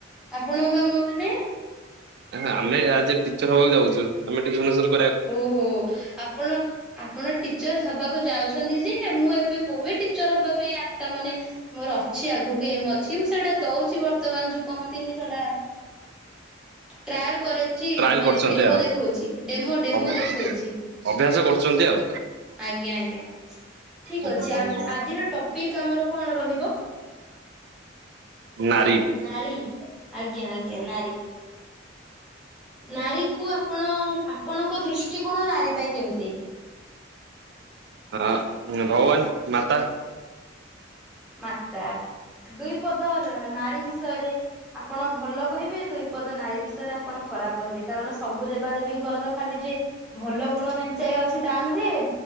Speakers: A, in the centre; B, on the right.
A: ଆପଣଙ୍କ କାମ ମାନେ
B: ଆମେ ଆଜି ଟିଚର ହବାକୁ ଯାଉଛୁ ଆମେ ଟିଉସନ ଫିଉସନ
A: ଓହୋ ଆପଣ ଆପଣ ଟିଚର ହବାକୁ ଯାଉଛନ୍ତି ଯେ ମୁଁ ଏବେ ମୋ ବି ଟିଚର ହବା ପାଇଁ ଆସ୍ଥା ମାନେ ମୋର ଅଛି ଆଗକୁ ଏମ୍ <unintelligible> ସେଟା ଦଉଛି ବର୍ତ୍ତମାନ ଯୋଉ କହନ୍ତିନି ସେଟା ଟ୍ରାଏଲ୍ କରିଛି
B: ଟ୍ରାଏଲ
A: ମାନେ
B: କରୁଛନ୍ତି
A: ଡେମୋ
B: ଆଉ
A: ଦେଖଉଛି। ଡ଼େମୋ ଡ଼େମୋ
B: ଅଭ
A: ଦେଖଉଛି
B: ଅଭ୍ୟାସ କରୁଛନ୍ତି ଆଉ
A: ଆଜ୍ଞା ଆଜ୍ଞା ଠିକ୍
B: ହୁଁ
A: ଅଛି ଆ ଆଜିର ଟପିକ୍ ଆମର କଣ ରହିବ।
B: ନାରୀ।
A: ନାରୀ ଆଜ୍ଞା ଆଜ୍ଞା ନାରୀ। ନାରୀ କୁ ଆପଣ ଆ ଆପଣଙ୍କ ଦୃଷ୍ଟିକୋଣ ନାରୀ ପାଇଁ କେମିତି।
B: ହଁ ଭଗବାନ୍ ମାତା।
A: ମାତା। ଦୁଇ ପଦରେ ନାରୀ ବିଷୟରେ ଆପଣ ଭଲ କହିବେ ଦୁଇପଦ ନାରୀ ବିଷୟରେ ଆପଣ ଖରାପ୍ କହିବେ କାରଣ ସବୁ ଦେବାଦେବୀଙ୍କ ର ତ ଖାଲି ଯେ ଭଲ ଗୁଣ ମେଞ୍ଚାଏ ଅଛି ତା ନୁହେଁ